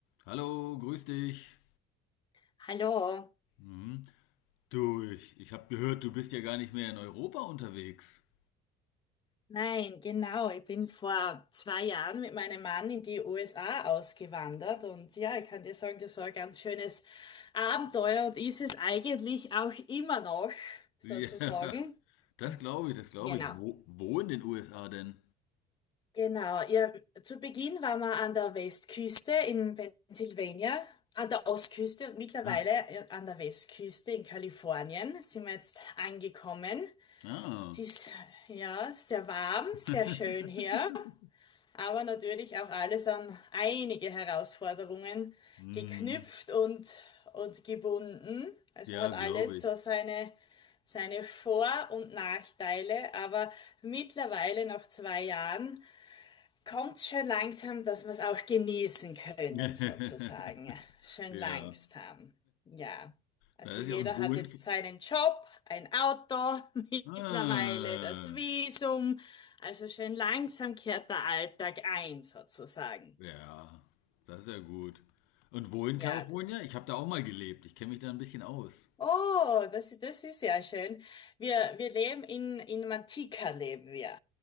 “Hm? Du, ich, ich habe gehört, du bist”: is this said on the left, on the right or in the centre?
Left